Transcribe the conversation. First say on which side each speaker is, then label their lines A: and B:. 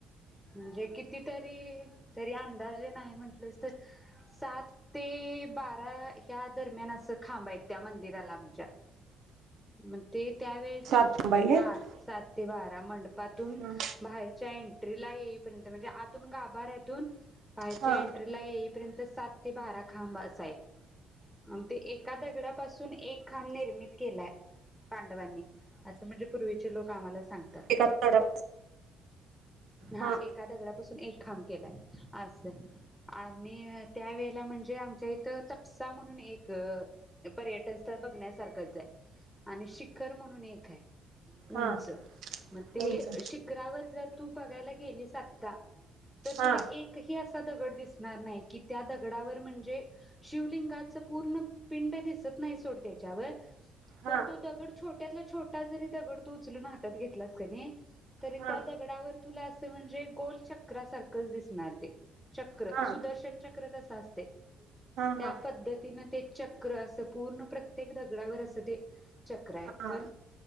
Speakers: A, in the centre; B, on the right (about 65°).
A: म्हणजे कितीतरी तरी अंदाजे नाही म्हटलेच तर सात ते बारा ह्या दरम्यान अस खांब आहेत त्या मंदिराला आमच्या. म ते त्यावेळचे
B: सात बाई आहेत
A: हां, सात ते बारा मंडपातून
B: हा
A: बाहेरच्या एंट्रीला येई पर्यंत म्हणजे आतून गाभाऱ्यातून बाहेच्या
B: हा
A: एंट्रीला येईपर्यंत त सात ते बारा खांब असायत. आण् ते एक का दगडापासून एक खांब निर्मित केलाय पांडवांनी. असं म्हणजे पूर्वीचे लोकं आम्हाला सांगतात.
B: एका तळ्यात.
A: हां,
B: हा
A: एका दगडापासून एक खांब. केलाय आसं. आणि, त्या वेळेला म्हणजे जे आमच्या इथं तपसा म्हणून एक पर्यटन स्थळ बघण्यासारखंच आय. आणि शिखर म्हणून एक हाय उंच.
B: हा
A: म ते
B: कोणचं?
A: अ शिखरावर जर तू बघायला गेलीस आत्ता तर तुला
B: हा
A: एकही अस् ता दगड दिसणार नाही की त्या दगडावर म्हणज् जे शिवलिंगाच पूर्ण पिंड दिसत नाही सोड त्याच्यावर,
B: हा
A: पण तो दगड छोट्यातला छोटा जरी दगड तू उचलून हातात घेतलास कनी, तरी
B: हा
A: त्या दगडावर तुला असं म्हणजे गोल चक्रासारखंच दिसणार ते चक्र.
B: हा
A: सुदर्शन चक्रच असं असतंय. त्या
B: हा
A: पद्धतीनं ते चक्र असं पूर्ण प्रत्येक दगडावर असं ते चक्र आय,
B: हा
A: पण